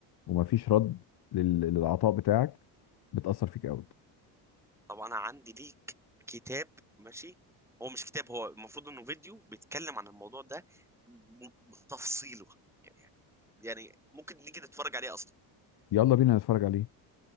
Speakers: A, on the left (about 55°); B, in the centre.
A: ومفيش رد لل... للعطاء بتاعك بتأثر فيك قوي
B: طب انا عندي ليك كتاب ماشي هو مش كتاب هو المفروض انه فيديو بيتكلم عن الموضوع ده ب- بتفصيله يعني يعني ممكن نيجي نتفرج عليه اصلا
A: يلا بينا نتفرج عليه